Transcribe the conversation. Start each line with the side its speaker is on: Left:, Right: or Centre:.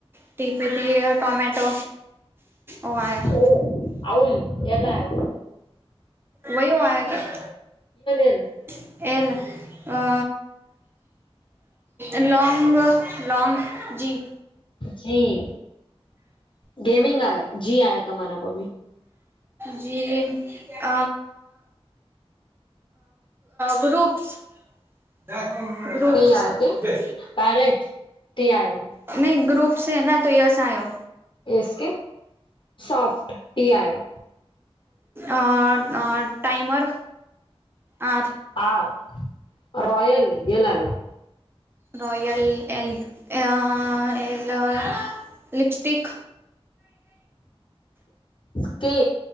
Right: ટીપીટી ટોમેટો, ઓ આવ.
Left: ઓ આઉલ એલા આવ.
Right: વયું આવયો
Left: એલ
Right: કે એ અ. લ લોંગ લ લોંગ જી.
Left: જી ગેમિંગ આ જી આયો હતા મારા પ્મી.
Right: જે હ ગ્રુપ્સ. બે
Left: પી આયો કે પેરેટ ટી આયો
Right: <unintelligible> નહીં ગ્રુપ છે ના તો યસયો.
Left: એ કે, સોફ્ટ પી આયો.
Right: અ ટાઈમર, આ
Left: આ રોયલ એલો.
Right: Royal L L lipstick.
Left: સ્કે